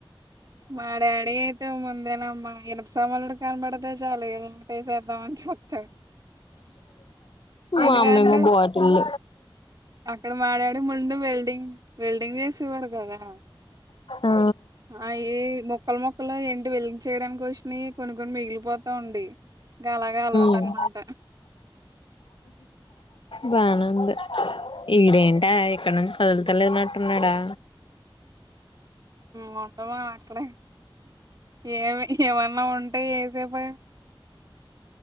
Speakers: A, on the right; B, on the left.
A: మా డాడీ అయితే ముందేనమ్మా ఇనుప సమాలుడు కనపడద చాలు ఏదో ఒకటే ఏసేద్దామంచి పత్తర్ ఎందుకంటే
B: మా అమ్మేమో బోటిల్
A: అక్కడ మా డాడి ముందు వెల్డింగ్ వెల్డింగ్ చేసేవాడు కదా
B: ఆ
A: అయి మొక్కలు మొక్కలు ఏంటి వెలిగ చేయడానినికి వచ్చిన కొన్ని కొన్ని మిగిలిపోతావుండి గలాగా అలువాటనమాట
B: ఉమ్ బానే వుంది ఈడేంట ఇక్కడ నుంచి కదులుతలేనట్టున్నాడా
A: మటమా అక్కడే ఏమి ఏమన్నా ఉంటే ఏసేపు